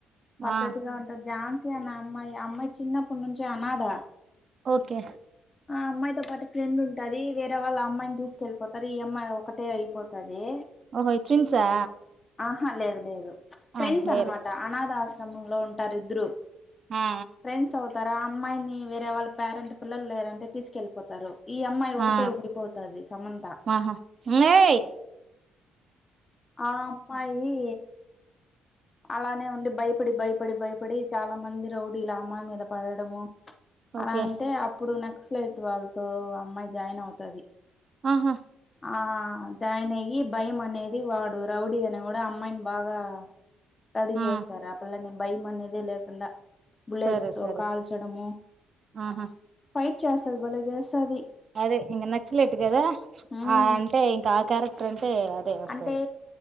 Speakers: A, on the left (about 30°); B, on the right (about 45°).
A: పద్ధతిగా
B: ఆ
A: ఉంటది ఝాన్సీ అనే అమ్మాయి ఆ అమ్మాయి చిన్నప్పటి నుంచి అనాథ
B: ఓకే
A: ఆ అమ్మాయితో పాటు ఫ్రెండ్ ఉంటది వేరే వాళ్ళ ఆ అమ్మాయిని తీసుకెళ్ళిపోతారు ఈ అమ్మాయి ఒకటే అయిపోతాది
B: ఓహో యి ట్విన్సా
A: ఆహా లేదు లేదు ఫ్రెండ్స్
B: ఆ వేరే
A: అనమాట అనాధాశ్రమంలో ఉంటారిద్దరు
B: ఆ
A: ఫ్రెండ్స్ ఒ త్తర అమ్మాయిని వేరే వాళ్ళ పేరెంట్ పిల్లలులే అంటే తీసుకెళ్ళిపోతారు ఈ అమ్మాయి ఒకటే
B: ఆ
A: ఉండిపోతాది సమంత
B: ఆహా మ్మేయ్
A: ఆ అమ్మాయీ అలానే ఉండి భయపడి భయపడి భయపడి చాలా మంది రౌడీలా అమ్మాయి మీద పడడము
B: ఓకే
A: అలా అంటే అప్పుడు నక్సలైట్ వాళ్ళతో అమ్మాయి జాయిన్ అవుతది
B: ఆహా
A: ఆ జాయిన్ అయ్యి భయమ అనేది వాడు రౌడీ అనేవాడు ఆ అమ్మాయిని బాగా రడీ
B: ఆ
A: చేస్తారు ఆ పిల్లని భయమనేదే లేకుండా బుల్లెట్స్
B: సరే
A: తో
B: సరే
A: కాల్చడము
B: ఆహా
A: ఫైట్ చేస్తది భలే చేస్తది
B: అదే ఇంగ నక్సలైట్ గదా
A: ఉమ్
B: ఆ అంటే ఇంక ఆ క్యారెక్టర్ అంటే అదే వస్తది
A: అంటే